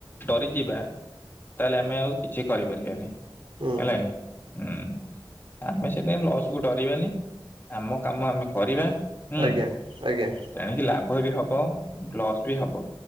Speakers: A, on the left; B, on the right.
A: ଡରିଯିବା ତାହେଲେ ଆମେ ଆଉ କିଛି କରିପାରିବାନି।
B: ହୁଁ
A: ହେଲାକିଁ ହୁଁ ଆମେ <unintelligible> ପାଇଁ ଲସ୍ କୁ ଡରିବାନି ଆମ କାମ ଆମେ କରିବା। ହୁଁ।
B: ଆଜ୍ଞା ଆଜ୍ଞା!
A: ତେଣିକି ଲାଭ ବି ହବ ଲସ୍ ବି ହବ